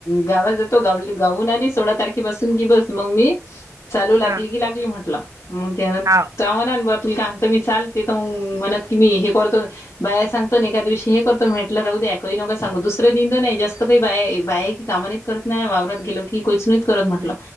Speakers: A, on the left (about 70°); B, on the right (about 85°).
A: गावात जातो गाऊन आले सोळा तारख बसून की बस मग मी चालू लागली
B: हा हा
A: की लागली म्हटलं मग त्यान.
B: हा
A: त्याव ना बरं तुला काता मी चाल ते तर मग म्हणत की मी हे करतो. बाया सांगतो एका दिवशी हे करतो म्हटलं राहू द्या काही नको सांगू दुसरं दिन नाही जास्त काही बाये बाहे की कामा नाहीत करत नाही वावरात गेलो की कोच नाह करत
B: नाही
A: म्हटलं